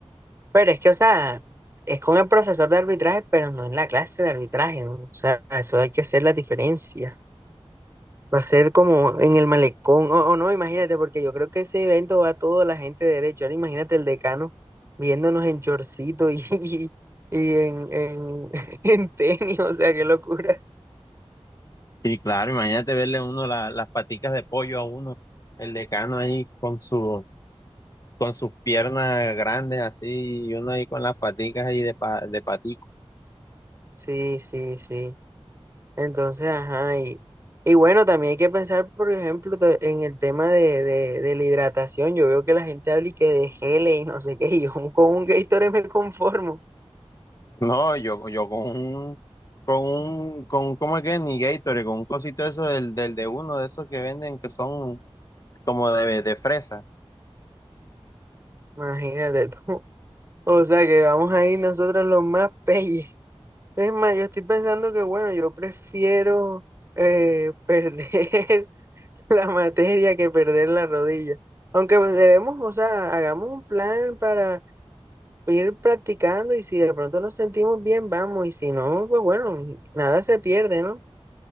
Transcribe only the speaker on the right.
Pero es que, o sea, es con el profesor de arbitraje, pero no en la clase de arbitraje, ¿no? O sea, eso hay que hacer la diferencia. Va a ser como en el malecón, o, o no, imagínate, porque yo creo que ese evento va a toda la gente de derecho. Ahora imagínate el decano viéndonos en chorcito y, y, y en, en, <laughs> en tenis, o sea, qué locura.
Sí, sí, sí. Entonces, ajá, y, y bueno, también hay que pensar, por ejemplo, ta- en el tema de, de, de la hidratación. Yo veo que la gente habla y que de geles y no sé qué, y yo <laughs> con un Gatorade me conformo.
Imagínate tú. O sea, que vamos a ir nosotros los más peyes. Es más, yo estoy pensando que, bueno, yo prefiero eh, perder <laughs> la materia que perder la rodilla. Aunque pues, debemos, o sea, hagamos un plan para ir practicando y si de pronto nos sentimos bien, vamos. Y si no, pues bueno, nada se pierde, ¿no?